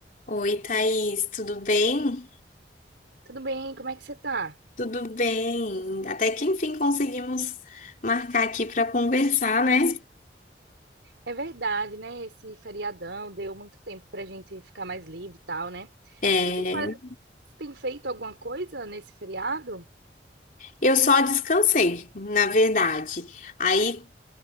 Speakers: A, on the left; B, on the right.
A: Oi, Thaís, tudo bem?
B: Tudo bem? Como é que você tá?
A: Tudo bem. Até que enfim conseguimos marcar aqui para conversar, né?
B: É verdade, né? Esse feriadão deu muito tempo pra gente ficar mais livre e tal, né?
A: É,
B: Você tem, pa- você tem feito alguma coisa nesse feriado?
A: eu só descansei, na verdade. Aí